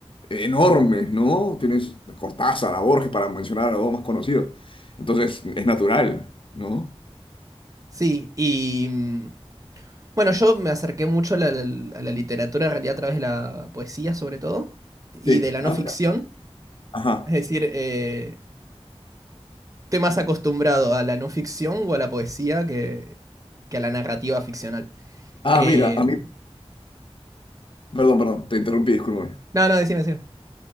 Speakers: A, on the left; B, on the right.
A: enormes, ¿no? Tienes Cortázar, a Borges, para mencionar a los dos más conocidos. Entonces, es natural, ¿no?
B: Sí, y mm, bueno, yo me acerqué mucho a la, a la literatura en realidad a través de la poesía sobre todo y
A: Sí.
B: de la no
A: Ah,
B: ficción.
A: mira. Ajá.
B: Es decir, eh, Estoy más acostumbrado a la no ficción o a la poesía que, que a la narrativa ficcional.
A: Ah,
B: Eh,
A: mira, a mí. Perdón, perdón, te interrumpí, discúlpame.
B: no, no, decime, decime.